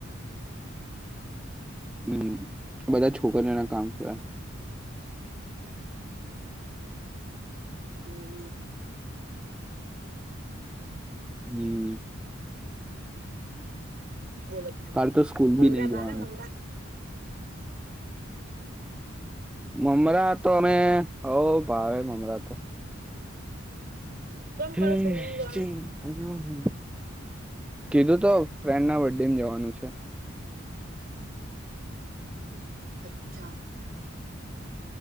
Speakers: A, in the centre; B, on the right (about 50°).
A: હમ બધા છોકરીઓના કામ થયા
B: હમ
A: હમ
B: બોલો બીજું
A: કાલ તો સ્કૂલ
B: મમરા
A: બી નહી
B: ભાવે
A: જવાનું
B: મમરા
A: મમરા તો અમે હવ ભાવે મમરા તો
B: કેમ
A: હમ
B: કર સ્કૂલની જવાનું
A: શ <inaudible> કીધું તો ફ્રેન્ડ ના બડે મી જવાનું છે
B: અચ્છા